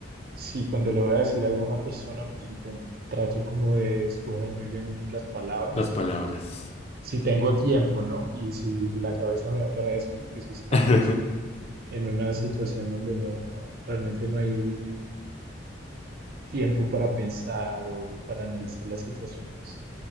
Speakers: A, on the right; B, on the left.
A: sí, cuando le voy a decir algo a una persona, pues inten- trato como de escoger muy bien las palabras,
B: Las palabras.
A: si tengo tiempo, ¿no? Y si la cabeza me va para eso, porque si estamos
B: <laughs>
A: en una situación donde no, no, realmente no hay tiempo para pensar o para analizar la situación, pues